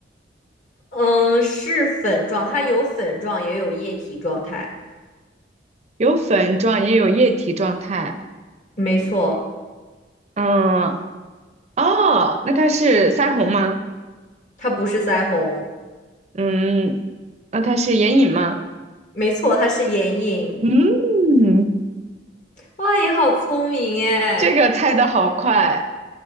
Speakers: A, on the left; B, on the right.
A: 嗯，是粉状，它有粉状也有液体状态，
B: 有粉状，也有液体状态。
A: 没错，
B: 嗯，哦，那它是腮红吗？
A: 它不是腮红，
B: 嗯，那它是眼影吗？
A: 没错，它是眼影。
B: 嗯，
A: 哇，你好聪明哎！
B: 这个猜的好快。